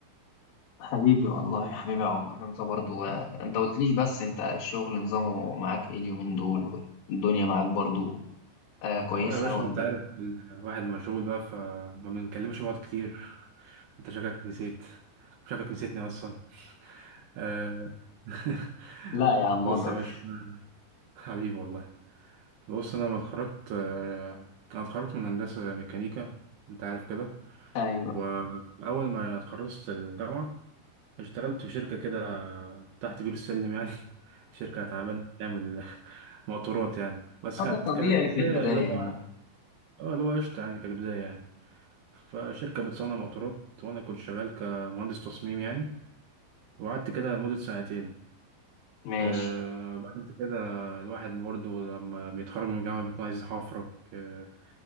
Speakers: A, on the left (about 75°); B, on the right (about 70°).
A: حبيبي والله يا حبيبي يا عمر انت برضو آه، انت قلتليش بس انت الشغل نظامه معاك ايه اليومين دول الدنيا معاك برضو آه كويسة
B: اه يا باشا
A: ولا
B: انت عارف الواحد مشغول بقى فما بنكلمش بعض كتير انت شكلك نسيت شكلك نسيتني اصلا آه. <laughs>
A: لا يا عم
B: بص
A: مقدر
B: يا باشا حبيبي والله بص انا لما اتخرجت آه، انا اتخرجت من هندسة ميكانيكا انت عارف كده
A: ايوه
B: واول ما اتخرجت الجامعة اشتغلت في شركة كده تحت بير السلم يعني <laughs> شركة تعبانة بتعمل <laughs> موتورات يعني بس
A: اه
B: كانت
A: ده طبيعي
B: كبداية
A: في البداية
B: اللي هو
A: يعني
B: اه اللي هو قشطة يعني كبداية يعني فشركة بتصنع موتورات وأنا كنت شغال كمهندس تصميم يعني وقعدت كده لمدة سنتين
A: ماشي
B: آه بعد كده الواحد برضه لما بيتخرج من الجامعة بيكون عايز يحفرك آه